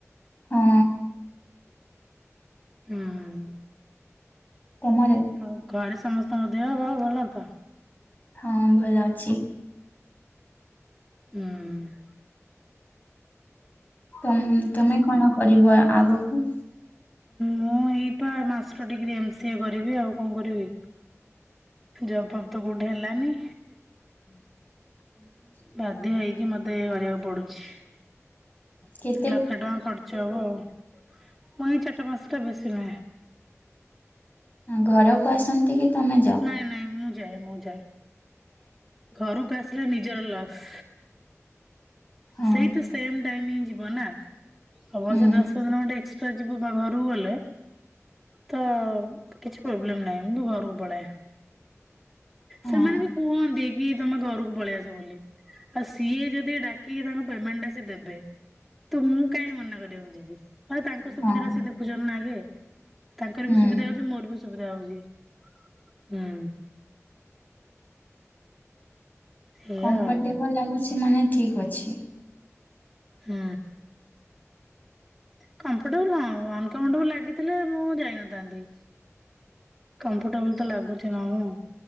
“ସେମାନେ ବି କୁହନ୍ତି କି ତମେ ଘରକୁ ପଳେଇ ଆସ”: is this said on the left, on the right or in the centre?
Centre